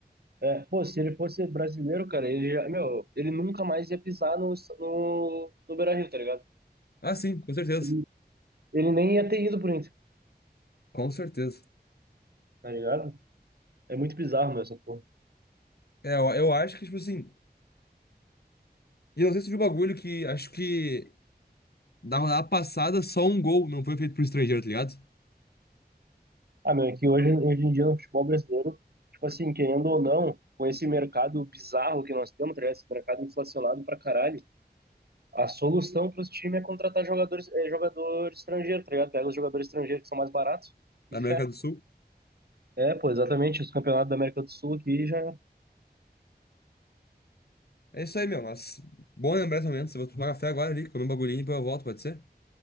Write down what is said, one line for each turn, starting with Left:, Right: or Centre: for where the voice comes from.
Right: É, pô, se ele fosse brasileiro, cara, ele já, meu, ele nunca mais ia pisar no, no, no Beira-Rio, tá ligado?
Left: Ah, sim, com certeza.
Right: Ele, ele nem ia ter ido pro Inter,
Left: Com certeza.
Right: tá ligado? É muito bizarro, meu, essa porra.
Left: É, eu, eu acho que, tipo assim. E eu não sei se de um bagulho que acho que na rodada passada só um gol não foi feito por estrangeiro, tá ligado?
Right: Ah, meu, é que hoje, hoje em dia no futebol brasileiro, tipo assim, querendo ou não, com esse mercado bizarro que nós temos, tá ligado? Esse mercado inflacionado pra caralho, a solução para os times é contratar jogadores, é, jogador estrangeiro, tá ligado? Pega os jogadores estrangeiros que são mais baratos e
Left: Da
Right: fé.
Left: América do Sul.
Right: É, pô, exatamente. Os campeonatos da América do Sul aqui já.
Left: É isso aí, meu. Mas bom lembrar esse momento. Eu vou tomar café agora ali, comer um bagulhinho e depois eu volto, pode ser?